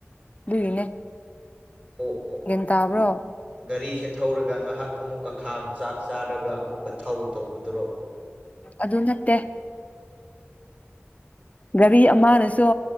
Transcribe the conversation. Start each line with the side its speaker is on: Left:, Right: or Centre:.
Left: ꯑꯗꯨꯏꯅꯦ
Right: ꯑꯣ ꯑꯣ ꯑꯣ
Left: ꯌꯦ ꯇꯕ꯭ꯔꯣ
Right: ꯒꯥꯔꯤꯁꯦ ꯊꯧꯔꯒ ꯉꯥꯏꯍꯥꯛ ꯑꯃꯨꯛꯀ ꯈꯥꯝ ꯆꯥꯛ ꯆꯥꯔꯒ ꯑꯃꯨꯛꯀ ꯊꯧ ꯇꯧꯕꯗꯨꯔꯣ
Left: ꯑꯗꯨ ꯅꯠꯇꯦ ꯒꯥꯔꯤ ꯑꯃꯅꯁꯨ